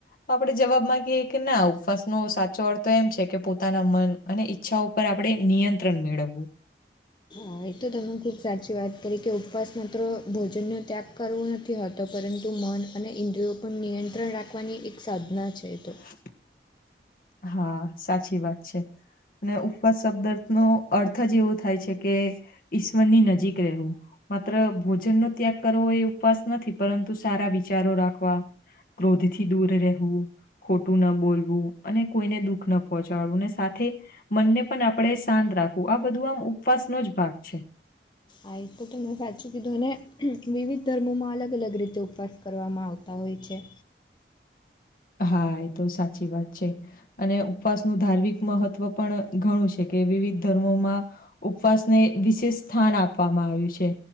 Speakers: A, on the left (about 50°); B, on the left (about 25°).
A: તો આપડે જવાબ માંગીએ કે ના ઉપવાસનો સાચો અર્થ એમ છે, કે પોતાના મન અને ઈચ્છાઓ ઉપર આપડે નિયંત્રણ મેળવવું.
B: હા, એ તો તમે ખુબ સાચી વાત કરી કે ઉપવાસ માત્ર ભોજનનો ત્યાગ કરવો નથી. નથી હતો, પરંતુ મન અને ઇન્દ્રિયો પર નિયંત્રણ રાખવાની એક સાધના છે, તો
A: <inaudible> હા, સાચી વાત છે. અને ઉપવાસ શબ્દાર્થ નો અર્થ જ એવો થાય છે, કે ઈશ્વરની નજીક રહેવું. માત્ર ભોજનનો ત્યાગ કરવો એ ઉપવાસ નથી, પરંતુ સારા વિચારો રાખવા ક્રોધથી દૂર રહેવું, ખોટું ના બોલવું. અને કોઈને દુઃખ ન પહોંચાડવું ને સાથે મન ને પણ આપણે શાંત રાખવું, આ બધું આમ ઉપવાસનો જ ભાગ છે.
B: આ ઈ તો તમને સાચું કીધુ ને વિવિધ ધર્મોમાં અલગ-અલગ રીતે ઉપવાસ કરવામાં આવતા હોય છે.
A: હા, એ તો સાચી વાત છે. અને ઉપવાસનું ધાર્મિક મહત્ત્વ પણ ઘણું છે, કે વિવિધ ધર્મોમાં ઉપવાસને વિશેષ સ્થાન આપવામાં આવ્યું છે.